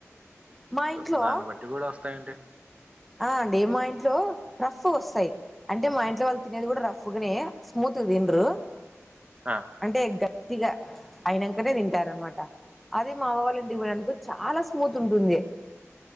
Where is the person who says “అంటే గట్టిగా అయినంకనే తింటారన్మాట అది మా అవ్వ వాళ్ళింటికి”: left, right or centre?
Centre